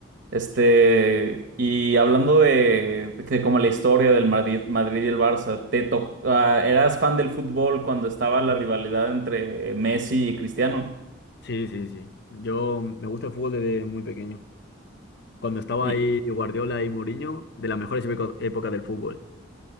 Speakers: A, on the right; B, on the left.
A: Este, y hablando de, de como la historia del Madrid, Madrid y el Barça, ¿te to- ah, eras fan del fútbol cuando estaba la rivalidad entre Messi y Cristiano?
B: Sí, sí, sí. Yo me gusta el fútbol desde muy pequeño. Cuando estaba
A: Y
B: ahí Guardiola y Mourinho, de las mejores época- épocas del fútbol.